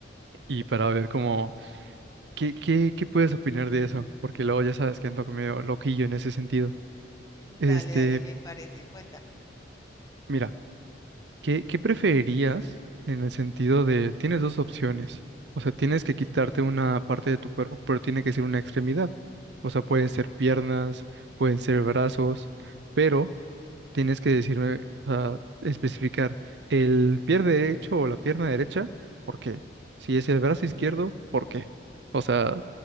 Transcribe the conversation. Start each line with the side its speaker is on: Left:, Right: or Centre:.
Right: y para ver cómo, qué, qué, qué puedes opinar de eso, porque luego ya sabes que ando medio loquillo en ese sentido.
Left: Dale,
Right: Este,
Left: dale, me parece. Cuéntame.
Right: mira. ¿Qué, qué preferirías en el sentido de, tienes dos opciones? O sea, tienes que quitarte una parte de tu cuerpo, pero tiene que ser una extremidad. O sea, pueden ser piernas, pueden ser brazos, pero tienes que decirme, o sea, especificar el pie derecho o la pierna derecha, ¿por qué? Si es el brazo izquierdo, ¿por qué? O sea,